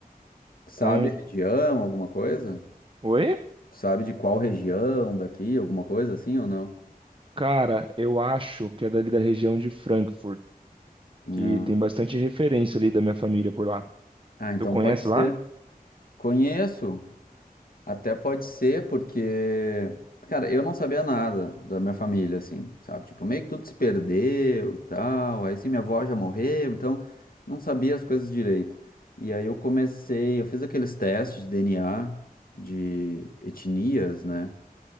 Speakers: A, on the left; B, on the right.
A: sabe
B: Então,
A: a região, alguma coisa?
B: oi?
A: Sabe de qual região daqui, alguma coisa assim ou não?
B: Cara, eu acho que é dali da região de Frankfurt,
A: Ah,
B: que tem bastante referência ali da minha família por lá.
A: ah, então
B: Tu conhece
A: pode ser,
B: lá?
A: conheço, Até pode ser, porque, cara, eu não sabia nada da minha família, assim, sabe? Tipo, meio que tudo se perdeu e tal. Aí, sim, minha avó já morreu, então não sabia as coisas direito. E aí eu comecei, eu fiz aqueles testes de DNA, de etnias, né?